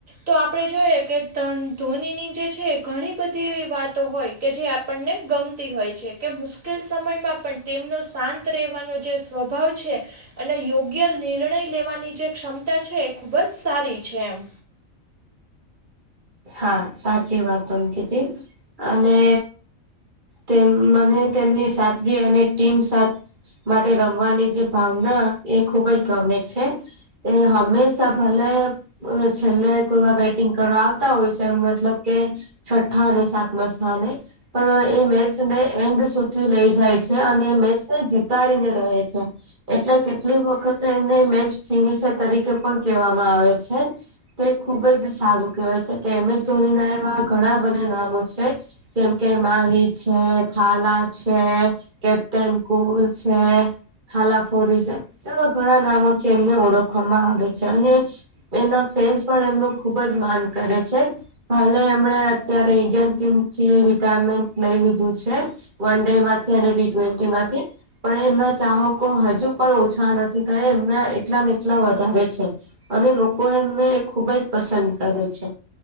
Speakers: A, on the right; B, on the right.
A: તો આપણે જોએ કે ધોનીની જે છે ઘણી બધી એવી વાતો હોય કે જે આપણને ગમતી હોય છે કે મુશ્કેલ સમયમાં પણ તેમનો શાંત રહેવાનો જે સ્વભાવ છે અને યોગ્ય નિર્ણય લેવાની જે ક્ષમતા છે એ ખૂબ જ સારી છે એમ
B: હા સાચી વાત તમ કીધી અને તેમ મને તેમની સાદગી અને ટીમ સા માટે રમવાની જે ભાવના એ ખુબ જ ગમે છે તે હમેશા ભલે છેલ્લે કોઈ વાર બેટિંગ કરવા આવતા હોય છે એમ મતલબ કે છઠ્ઠા અને સાતમા સ્થાને પણ એ મેચને એન્ડ સુધી લઈ જાય છે અને મેચને જીતાડીને રહે છે એટલે કેટલી વખતે એને મેચ ફિનિશર તરીકે પણ કેહેવામાં આવે છે તો એ ખુબ જ સારું કેહેવાય છે કે એમ એસ ધોની ના એવા ઘણા બધા નામો છે જેમ કે માહિ છે થાલા છે કેપ્ટન કુલ છે થાલા ફોર રીઝન એવા ઘણા નામોથી એમને ઓળખવામાં આવે છે અને એના ફેન્સ પણ એમનું ખુબ જ માન કરે છે ભાલે એમણે અત્યારે ઈન્ડિયન ટીમથી રિટાયરમેન્ટ લઈ લીધું છે વન ડે માંથી અને ટી ટ્વેન્ટી માંથી પણ એમના ચાહકો હજુ પણ ઓછા નથી થયા એમના એટલાને એટલા વધારે છે અને લોકો એમને ખુબ જ પસંદ કરે છે